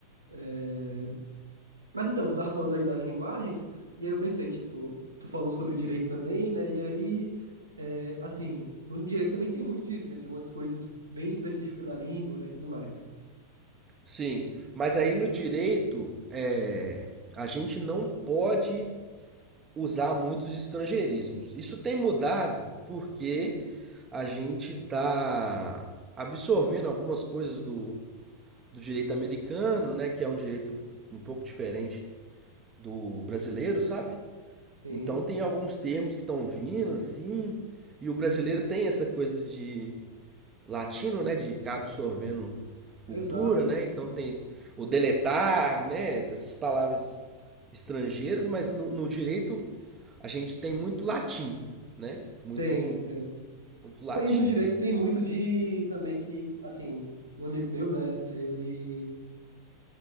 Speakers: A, on the right; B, on the right.
A: É, mas então, tu tava falando aí das linguagens, e aí eu pensei, tipo, tu falou sobre direito também, né? E aí, é, assim, no direito também tem muito disso, né? De umas coisas bem específicas da língua, né? E tudo mais.
B: sim. Mas aí no direito, é, a gente não pode usar muitos estrangeirismos. Isso tem mudado porque a gente está absorvendo algumas coisas do, do direito americano, né, que é um direito um pouco diferente do brasileiro, sabe?
A: Sim,
B: Então tem alguns termos que estão vindo assim, e o brasileiro tem essa coisa de latino, né, de ficar absorvendo cultura,
A: exato.
B: né?
A: de-
B: Então tem o deletar, né, essas palavras estrangeiras, mas no, no direito a gente tem muito latim, né? Muito,
A: Tem, tem.
B: muito latim.
A: E no direito tem muito de também que, assim, um amigo meu, né? Ele. é,